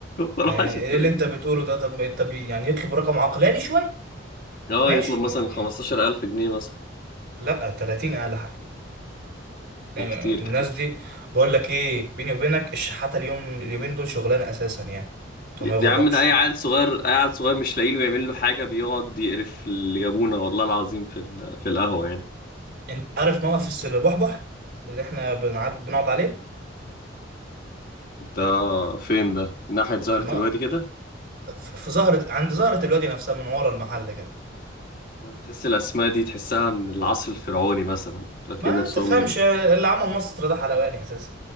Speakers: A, on the left (about 50°); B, on the right (about 60°).
A: <laughs>
B: ما
A: 10000
B: ايه اللي انت بتقوله ده طب طب يعني يطلب رقم عقلاني شويه
A: اه
B: ماشي
A: يطلب مثلا
B: يعني
A: 15000 جنيه مثلا
B: لا 30 اقل حاجه آه،
A: كتير
B: الناس
A: كتير
B: دي بقول لك ايه بيني وبينك الشحاته اليوم اليومين دول شغلانه اساسا يعني طب
A: يا
B: ما يغركش
A: عم ده اي عيل صغير اي عيل صغير مش لاقي له يعمل له حاجه بيقعد يقرف اللي جابونا والله العظيم في ال- في القهوه يعني
B: انت عارف موقف الس- البحبح اللي احنا بنعد... بنقعد عليه
A: ده فين ده ناحية زهرة
B: الم-
A: الوادي كده
B: في زهرة عند زهرة الوادي نفسها من ورا المحل كده
A: تحس الاسماء دي تحسها من العصر الفرعوني مثلا لكن
B: ما
A: نفسهم
B: تفهمش اللي عمل مصر ده حلواني اساسا